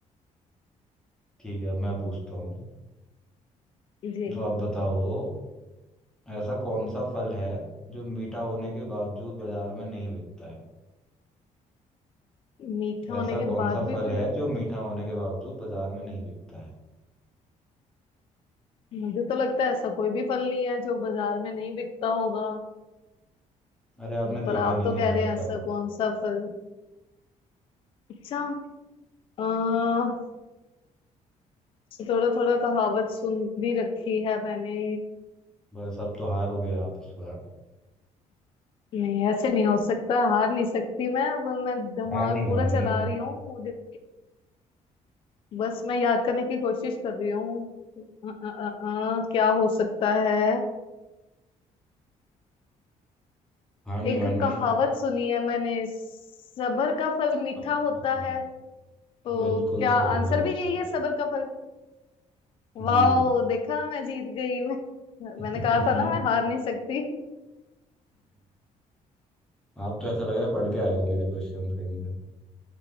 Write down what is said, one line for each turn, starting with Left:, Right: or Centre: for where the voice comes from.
Centre: ठीक है अब मैं पूछता हूँ
Left: <laughs> जी
Centre: तो आप बताओ ऐसा कौन सा फल है जो मीठा होने के बावजूद बाजार में नहीं बिकता है
Left: मीठा होने
Centre: ऐसा
Left: के
Centre: कौन
Left: बाद
Centre: सा
Left: भी
Centre: फल
Left: बज...
Centre: है जो मीठा होने के बावजूद बाजार में नहीं बिकता है
Left: मुझे तो लगता है ऐसा कोई भी फल नहीं है जो बाजार में नहीं बिकता होगा
Centre: अरे आपने
Left: पर
Centre: देखा
Left: आप
Centre: नहीं
Left: तो
Centre: है
Left: कह रहे
Centre: है ऐसा
Left: हैं ऐसा
Centre: फल
Left: कौन सा फल अच्छा अह थोड़ा थोड़ा कहावत सुन भी रखी है मैंने
Centre: बस अब तो हार हो गए आप इस बार
Left: नहीं ऐसे नहीं हो सकता हार नहीं सकती मैं अब मैं दिमाग
Centre: हार नहीं
Left: पूरा
Centre: मानूंगी
Left: चला
Centre: मैं
Left: रही हूँ मुझे बस मैं याद करने की कोशिश कर रही हूँ अ, अ, अ, अ, क्या हो सकता है
Centre: हार नहीं
Left: एक
Centre: माननी
Left: कहावत
Centre: है
Left: सुनी है मैंने सबर का फल मीठा
Centre: हाँ
Left: होता
Centre: हाँ हाँ हाँ,
Left: है तो
Centre: बिल्कुल
Left: क्या
Centre: सही
Left: आंसर
Centre: बात
Left: भी यही
Centre: है
Left: है सबर का फल वाह
Centre: जी जी
Left: देखा मैं जीत गई मैं
Centre: <laughs>
Left: मैंने कहा था ना मैं हार नहीं सकती
Centre: आप तो ऐसा लग रहा है पढ़ के आए हो मेरे क्वेश्चन कहीं से